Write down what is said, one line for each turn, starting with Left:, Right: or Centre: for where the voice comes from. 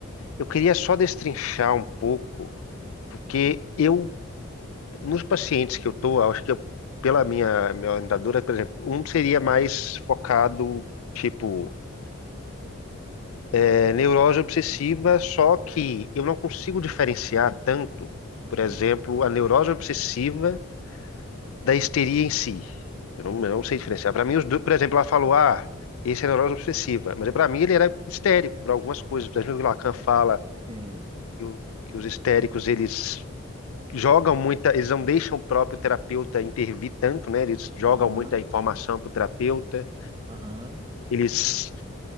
Left: Eu queria só destrinchar um pouco, porque eu, nos pacientes que eu estou, acho que eu, pela minha, minha orientadora, por exemplo, um seria mais focado, tipo, é, neurose obsessiva, só que eu não consigo diferenciar tanto,
Right: Uhum.
Left: por exemplo, a neurose obsessiva da histeria em si. Eu não, eu não sei diferenciar. Para mim, os dois, por exemplo, ela falou, ah, esse é neurose obsessiva. Mas para mim ele era histérico por algumas coisas. Por exemplo, o Lacan fala
Right: Sim.
Left: que, o- que os histéricos, eles jogam muita, eles não deixam o próprio terapeuta intervir tanto, né? Eles jogam
Right: Aham.
Left: muita informação para o terapeuta.
Right: Aham.
Left: Eles